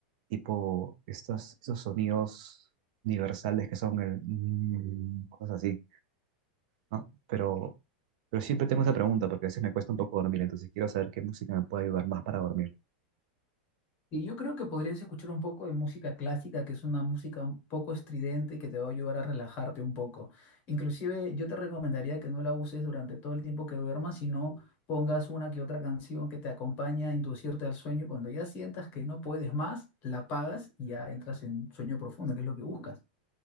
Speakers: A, on the right; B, on the left.
A: tipo estos, esos sonidos universales que son el mm, cosas así, ¿no? Pero, pero siempre tengo esa pregunta porque a veces me cuesta un poco dormir, entonces quiero saber qué música me puede ayudar más para dormir.
B: Y yo creo que podrías escuchar un poco de música clásica, que es una música un poco estridente que te va a ayudar a relajarte un poco. Inclusive yo te recomendaría que no la uses durante todo el tiempo que duermas, sino pongas una que otra canción que te acompañe a inducirte al sueño. Cuando ya sientas que no puedes más, la apagas y ya entras en sueño profundo, que es lo que buscas.